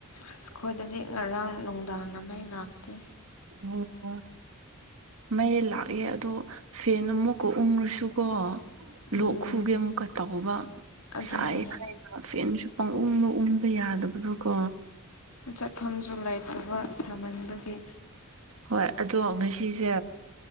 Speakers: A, on the left; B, on the right.
A: ꯑꯁ ꯈꯈꯣꯏꯗꯗꯤ ꯉꯔꯥꯡ ꯅꯨꯡꯗꯥꯡ ꯑꯃ ꯂꯥꯛꯇꯦ
B: ꯑꯣ ꯃꯩ ꯂꯥꯛꯑꯦ ꯑꯗꯣ ꯐꯦꯟ ꯑꯃꯨꯛꯀ ꯎꯡꯉꯁꯨꯀꯣ ꯂꯣꯛ
A: ꯎꯝ
B: ꯈꯨꯒꯦ ꯑꯃꯨꯛꯀ ꯇꯧꯕ
A: ꯑꯗꯨꯅꯦ
B: ꯁꯥꯏ ꯍꯥꯏꯅ ꯐꯦꯟꯁꯨ ꯄꯪꯎꯟꯗ ꯎꯟꯉꯤ ꯑ ꯌꯥꯗꯕꯗꯨ ꯀꯣ
A: ꯆꯠꯐꯝꯁꯨ ꯂꯩꯇꯕ ꯁꯥꯃꯟꯕꯒꯤ
B: ꯍꯣꯏ ꯑꯗꯣ ꯉꯁꯤꯁꯦ